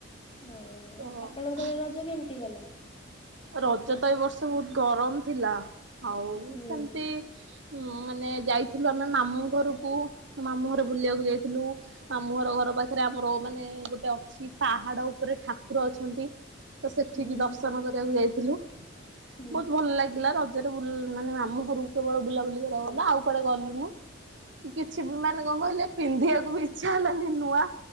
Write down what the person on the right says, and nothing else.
ତ
ରଜ ତ ଏ ବର୍ଷ ବହୁତ ଗରମ ଥିଲା ଆଉ
ସେମିତି ଉଁ ମାନେ ଯାଇଥିଲୁ ଆମେ ମାମୁଁ ଘରକୁ ମାମୁଁ ଘର ବୁଲିବାକୁ ଯାଇଥିଲୁ ମାମୁଁ ଘର ଘର ପାଖରେ ଆମର ମାନେ ଗୋଟେ ଅଛି ପାହାଡ ଉପରେ ଠାକୁର ଅଛନ୍ତି। ତ ସେଠିକି
ଦର୍ଶନ କରିବାକୁ ଯାଇଥିଲୁ।
ବହୁତ ଭଲ ଲାଗିଲା ରଜ ସେଠୁ ବୁ ମାନେ ମାମୁ ଘରକୁ କେବଳ ବୁଲା ବୁଲି କରିବାକୁ
ଗଲୁ। ଆଉ କୁଆଡେ ଗଲୁନୁ। କିଛି ବି ମାନେ କଣ କହିଲେ ପିନ୍ଧିବାକୁ ବି ଇଚ୍ଛା ହେଲାନି ନୂଆ।